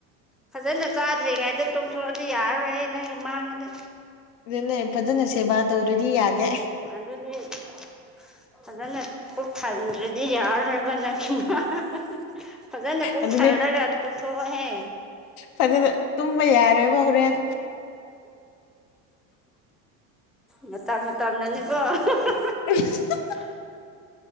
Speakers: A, in the centre; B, on the left (about 80°).
A: ꯐꯖꯅ ꯆꯥꯗ꯭ꯔꯤꯉꯩꯗ ꯇꯨꯝꯊꯣꯛꯑꯗꯤ ꯌꯥꯔꯔꯣꯏꯍꯦ ꯅꯪꯒꯤ ꯃꯥꯡꯉꯅꯤ꯫
B: ꯑꯗꯨꯅꯦ ꯐꯖꯅ ꯁꯦꯕꯥ ꯇꯧꯔꯗꯤ ꯌꯥꯗꯦ꯫
A: <unintelligible> ꯑꯗꯨꯅꯠꯄ ꯊꯟ꯭ꯔꯗꯤ ꯌꯥꯔ <unintelligible> ꯐꯖꯅ ꯄꯨꯡ
B: ꯑꯗꯨꯅꯦ
A: ꯊꯜꯂꯒ ꯇꯨꯝꯊꯣꯛꯑꯣꯍꯦ꯫
B: ꯐꯖꯅ ꯇꯨꯝꯕ ꯌꯥꯔꯣꯏꯕ ꯍꯣꯔꯦꯟ꯫
A: ꯃꯇ ꯃꯇꯝꯅꯅꯤꯀꯣ <unintelligible>
B: <unintelligible>
A: <unintelligible>